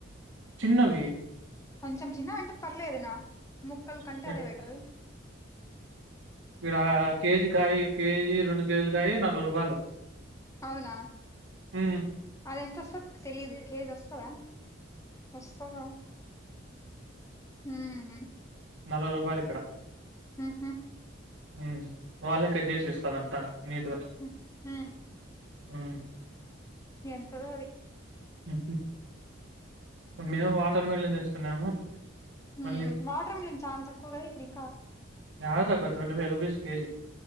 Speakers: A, on the right (about 75°); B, on the left (about 15°).
A: చిన్నవి
B: కొంచెం చిన్నవి అంటే పర్లేదున్నా ముక్కల్ కంటే
A: ఇక్కడ
B: అదే బెటరు
A: మీరు అ కేజీ కాయ కేజీ రెండు కేజీల కాయ నలభై రూపాయలు
B: అవునా
A: మ్మ్
B: అది ఎంతస్తదో తెలిదు కేజీ వస్తా వస్తవ మ్మ్
A: నలభై రూపాయలు ఇక్కడ
B: ఉ హు
A: మ్మ్ వాళ్ళే కట్ చేసి ఇస్తారంతా నీతోనీ
B: హ్మ్ హ్మ్.
A: అ
B: ఎంతదో అది
A: ఉహు మేము వాటర్ మిలన్ తెచ్చుకున్నాము
B: ఉ
A: మళ్ళీ
B: వాటర్ మిలన్ చాలా తక్కువ కదా ఇప్పుడు ఇంకా
A: రాదు అక్క ట్వంటీ ఫైవ్ రూపీస్ కేజీ